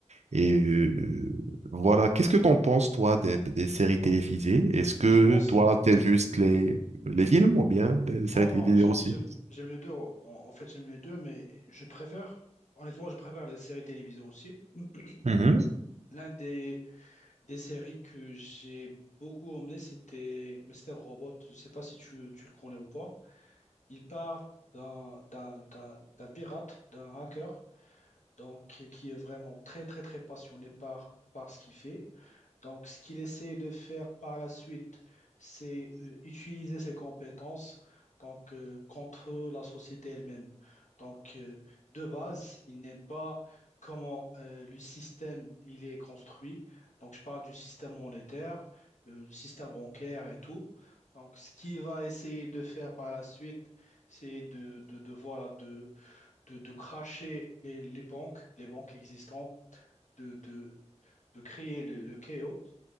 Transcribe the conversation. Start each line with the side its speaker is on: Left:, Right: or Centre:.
Right: Et euh, voilà, qu'est-ce que t'en penses, toi, des, des séries télévisées? Est-ce que
Left: Je pense.
Right: toi, t'es juste les, les films ou bien des
Left: Non,
Right: séries télévisées
Left: non, j'aime
Right: aussi?
Left: j'aime- j'aime les deux. En, en fait, j'aime les deux, mais je préfère, honnêtement, je préfère les séries télévisées aussi. <clears throat>
Right: Mhm,
Left: L'un des, des séries que j'ai beaucoup aimé, c'était Mr. Robot. Je ne sais pas si tu, tu le connais ou pas. Il parle d'un d'un- d'un- d'un pirate, d'un hacker, donc qui est vraiment très, très, très passionné par, par ce qu'il fait. Donc, ce qu'il essaie de faire par la suite, c'est euh, utiliser ses compétences donc, euh, contre la société elle-même. Donc, euh, de base, il n'aime pas comment euh, le système il est construit. Donc, je parle du système monétaire, euh, le système bancaire et tout. Donc, ce qu'il va essayer de faire par la suite, c'est de, de, de, voilà, de, de, de cracher les, les banques, les banques existantes, de, de, de créer le le chaos